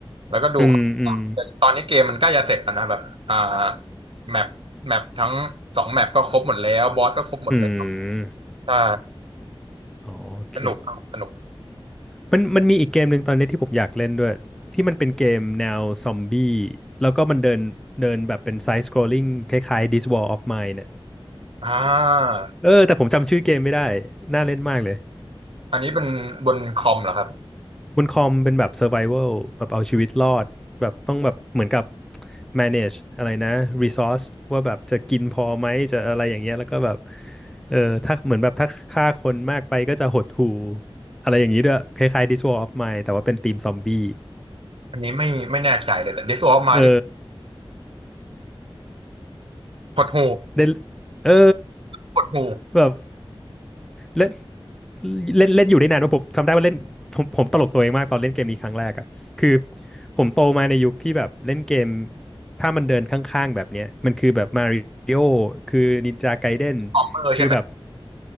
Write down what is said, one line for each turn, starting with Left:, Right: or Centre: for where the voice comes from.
Right: แล้วก็ดู
Centre: อืมอืม
Right: แต่ตอนนี้เกมมันใกล้จะเสร็จแล้วนะแบบอ่าแมปแมปทั้งสองแมปก็ครบหมดแล้วบอสก็ครบหมดแล้ว
Centre: อืม
Right: ใช่
Centre: โอเค
Right: สนุกครับสนุก
Centre: มันมันมีอีกเกมหนึ่งตอนนี้ที่ผมอยากเล่นด้วยที่มันเป็นเกมแนวซอมบี้แล้วก็มันเดินเดินแบบเป็นไซส์สครอลลิ่งคล้ายๆ This War of Mine เน่ย
Right: อ่า
Centre: เออแต่ผมจำชื่อเกมไม่ได้น่าเล่นมากเลย
Right: อันนี้เป็นบนคอมเหรอครับ
Centre: บนคอมเป็นแบบ Survival แบบเอาชีวิตรอดแบบต้องแบบเหมือนกับ manage อะไรนะ resource ว่าแบบจะกินพอไหมจะอะไรอย่างเงี้ยแล้วก็แบบเออถ้าเหมือนแบบถ้าฆ่าคนมากไปก็จะหดหู่อะไรอย่างนี้ด้วยคล้ายๆ This War of Mine แต่ว่าเป็นธีมซอมบี้
Right: อันนี้ไม่ไม่แน่ใจเลยแต่ t i s w of m i
Centre: เออ
Right: n นี่หดหู
Centre: เล่นเออ
Right: หดหู
Centre: แบบเล่นเล่นเล่นอยู่ได้นานว่าผมจำได้ว่าเล่นผมผมตลกตัวเองมากตอนเล่นเกมนี้ครั้งแรกอ่ะคือผมโตมาในยุคที่แบบเล่นเกมถ้ามันเดินข้างๆแบบเนี้ยมันคือแบบมาริโอคือนินจาไกเด n น
Right: คอมเมอร์ใช่ไหม
Centre: คือแบบ